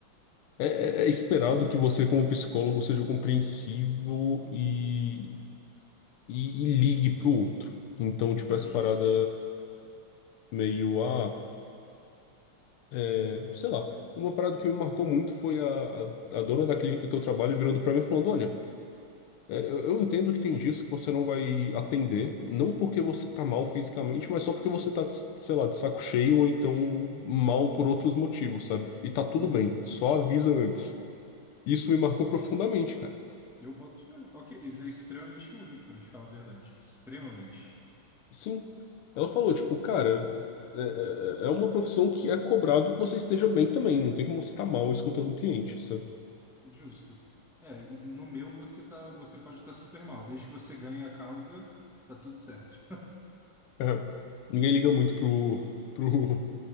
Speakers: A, on the left; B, in the centre.
A: é, é- é esperado que você, como psicólogo, seja compreensivo e, e, e ligue pro outro. Então,
B: <laughs>
A: tipo, essa
B: Justo.
A: parada meio, ah. É, sei lá, uma parada que me marcou muito foi a, a, a dona da clínica que eu trabalho virando pra mim e falando: Olha, é, eu, eu entendo que tem dias que você não vai atender, não porque você tá mal fisicamente, mas só porque você tá, de- sei lá, de saco cheio ou então mal por outros motivos, sabe? E tá tudo
B: Uhum.
A: bem, só avisa antes. Isso me marcou profundamente, cara.
B: Eu boto fé. Ok, isso é extremamente único, para te falar a verdade. Extremamente.
A: Sim, ela falou: Tipo, cara, é, é é é uma profissão que é cobrado que você esteja bem também, não tem como você tá mal escutando o cliente, sabe?
B: Justo. É, no meu você tá, você pode estar super mal. Desde que você ganhe a causa, tá tudo certo.
A: É, ninguém liga muito pro, pro.